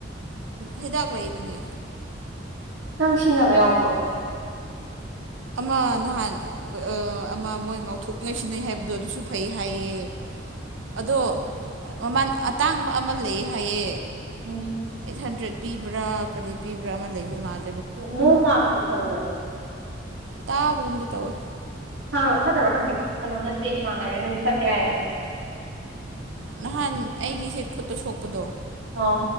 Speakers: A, on the right (about 85°); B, on the right (about 70°).
A: ꯍꯤꯗꯥꯛ ꯂꯩꯕꯅꯦ
B: ꯅꯪ ꯁꯤꯟꯅꯕ ꯌꯥꯎꯕ꯭ꯔꯣ
A: ꯑꯃ ꯅꯍꯥꯟ ꯑ ꯑꯃ ꯃꯣꯏ ꯉꯧꯊꯣꯛꯅꯤꯡꯉꯥꯏ ꯁꯤꯟꯅꯩ ꯍꯥꯏꯕꯗꯣ ꯑꯗꯨꯁꯨ ꯐꯩ ꯍꯥꯏꯌꯦ
B: ꯎꯝ
A: ꯑꯗꯣ ꯃꯃꯜ ꯑꯇꯥꯡꯕ ꯑꯃ ꯂꯩ ꯍꯥꯏꯌꯦ
B: ꯎꯝ
A: ꯑꯩꯠ ꯍꯟꯗ꯭ꯔꯦꯠ ꯄꯤꯕ꯭ꯔ ꯀꯔꯤ ꯄꯤꯕ꯭ꯔ ꯑꯃ ꯂꯩꯕ ꯃꯥꯜ
B: ꯅꯣ ꯃꯥꯛ ꯇꯤ ꯈꯪꯕ꯭ꯔ
A: ꯇꯥꯕꯒꯨꯝꯗꯤ ꯇꯧꯋꯦ
B: ꯐ ꯐꯠꯇꯕ ꯈꯪꯗꯦ ꯀꯅꯣ ꯅꯠꯇꯦ ꯏꯃꯥꯟꯅꯕꯤꯅꯗꯤ ꯐꯠꯇꯦ ꯍꯥꯏꯌꯦ
A: ꯅꯍꯥꯟ ꯑꯩꯒꯤꯁꯦ ꯈꯨꯠꯇ ꯁꯣꯛꯄꯗꯣ
B: ꯑꯣ